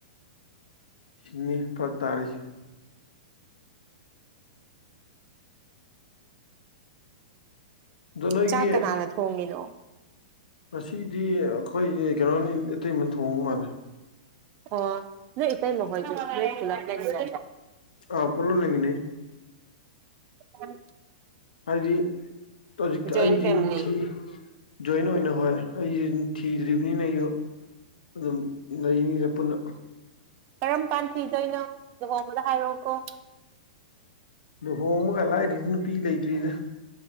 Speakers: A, on the left; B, on the right.
A: ꯁꯤꯅꯤ ꯐꯔꯛ ꯇꯥꯔꯤꯖꯦ꯫ ꯑꯗꯣ ꯅꯣꯏꯒꯤ
B: ꯆꯥꯛ ꯀꯅꯥꯅ ꯊꯣꯡꯉꯤꯅꯣ
A: ꯉꯁꯤꯗꯤ ꯈꯣꯏꯒꯤ ꯀꯩꯅꯣꯅ ꯏꯇꯩꯃꯅ ꯊꯣꯡꯕꯃꯥꯜꯂꯦ꯫
B: ꯑꯣ ꯅꯣꯏ ꯏꯇꯩꯏꯃꯍꯣꯏꯗꯤ ꯅꯣꯏ ꯄꯨꯜꯞꯄ ꯂꯩꯃꯤꯟꯅꯩꯕ꯭ꯔꯣ
A: ꯑ ꯄꯨꯂꯞ ꯂꯩꯃꯤꯅꯩ꯫
B: ꯎꯝ
A: ꯍꯥꯏꯗꯤ ꯍꯧꯖꯤꯛꯇ
B: ꯖꯣꯏꯟ
A: ꯑꯩꯁꯨ
B: ꯐꯦꯃꯤꯂꯤ
A: ꯊꯤ ꯖꯣꯏꯟ ꯑꯣꯏꯅ ꯍꯣꯏ ꯑꯩꯖꯨ ꯊꯤꯗ꯭ꯔꯤꯕꯅꯤꯅ ꯑꯩꯁꯨ ꯑꯗꯨꯝ ꯂꯩꯅꯤꯗ ꯄꯨꯟꯅ꯫
B: ꯀꯔꯝ ꯀꯥꯟ ꯊꯤꯗꯣꯏꯅꯣ ꯂꯨꯍꯣꯡꯕꯗ ꯍꯥꯏꯔꯧꯑꯣꯀꯣ꯫
A: ꯂꯨꯍꯣꯡꯕꯒ ꯂꯥꯏꯔꯤ ꯑꯗꯨ ꯅꯨꯄꯤ ꯂꯩꯇ꯭ꯔꯤꯗ꯫